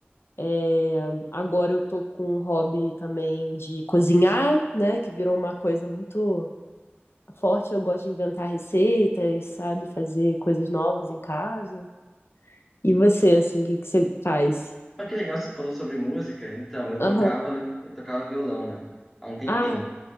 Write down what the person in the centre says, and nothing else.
Ah, que legal, você falou sobre música. Então, eu tocava,
eu tocava violão, né? Há um tempinho.